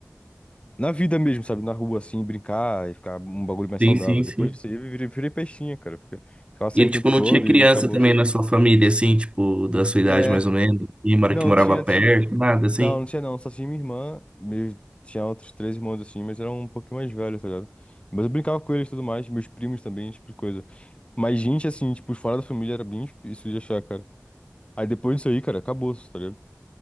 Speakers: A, on the left; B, on the right.
A: na vida mesmo, sabe? Na rua, assim, brincar e ficar um bagulho mais
B: Sim,
A: saudável.
B: sim,
A: Depois
B: sim.
A: disso aí, eu virei, virei peixinha, cara. Fica- Ficava sem
B: E,
A: o tempo
B: tipo,
A: todo
B: não tinha criança
A: e acabou.
B: também na sua família, assim, tipo, da sua idade
A: É,
B: mais ou menos, e mora-
A: não,
B: que morava
A: tinha,
B: perto,
A: tinha,
B: nada, assim?
A: não, não tinha não, só tinha minha irmã, meus, tinha outros três irmãos assim, mas eram um pouquinho mais velhos, tá ligado? Mas eu brincava com eles e tudo mais, meus primos também, esse tipo de coisa. Mas gente, assim, tipo, fora da família era bem difícil de achar, cara. Aí depois disso aí, cara, acabou, tá ligado?